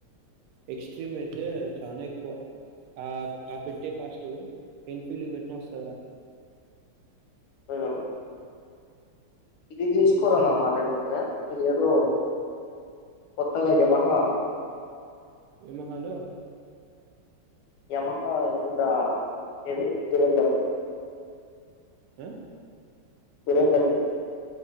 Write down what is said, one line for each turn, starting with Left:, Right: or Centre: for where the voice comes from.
Right: ఎక్స్ట్రీమ్ అయితే చాలా ఎక్కువ ఆ ఆ పెట్టే కాస్ట్ ఎన్ఫీల్డ్ పెట్టినా వస్తుంద రా
Left: తెగదా ఇది
Right: చూడు
Left: తీసుకోరా
Right: ఎంత
Left: మామ అంటే ఓకే ఇది ఏదో
Right: ఇది.
Left: కొత్తగాయ్యమహా
Right: ఏమ హలో
Left: యమహా ఇదిరా ఎది తురందర
Right: ఆ
Left: గురేందతి